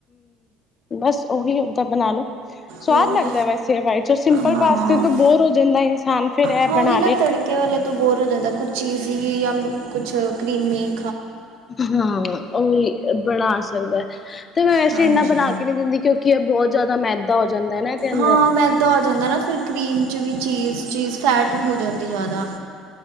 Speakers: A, on the left (about 25°); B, on the right (about 85°).
A: ਬਸ ਉਹੀ ਓਦਾਂ ਬਣਾ ਲੋੋ, ਸਵਾਦ
B: ਹੋਰ
A: ਲੱਗਦਾ ਵੈਸੇ ਹਵਾਈ ਚ ਅ ਪਲ
B: ਹਾਂ
A: ਪਾਸਤੇ ਤੋਂ ਬੋਰ ਹੋ ਜਾਂਦਾ ਇਨਸਾਨ, ਫੇਰ ਇਹ
B: ਹਾਂ
A: ਬਣਾ
B: ਉਹੀ ਨਾ
A: ਲਏ,
B: ਤੜਕੇ ਵਾਲੇ ਤੋਂ ਬੋਰ ਹੋ ਜਾਂਦਾ ਕੁਛ ਚੀਜ਼ ਹੀ ਜਾਂ ਕੁਛ ਕ੍ਰੀਮੀ,
A: ਹਾਂ ਉਹੀ ਬਣਾ ਸਕਦਾ, ਤੇ ਮੈਂ ਵੈਸੇ
B: ਹਾਂਜੀ
A: ਇੰਨਾ ਬਣਾ ਕੇ ਨਹੀਂ ਦਿੰਦੀ ਕਿਉਂਕਿ ਇਹ ਬਹੁਤ ਜ਼ਿਆਦਾ ਮੈਦਾ ਹੋ, ਜਾਂਦਾ ਨਾ ਇਹਦੇ ਅੰਦਰ
B: ਹਾਂ ਮੈਂਦਾਂ ਹੋ ਜਾਂਦਾ ਨਾ ਫਿਰ, ਕਰੀਮ 'ਚ ਵੀ ਚੀਜ਼ ਚੀਜ਼ ਫੈਟ ਹੋ ਜਾਂਦੀ ਜ਼ਿਆਦਾ,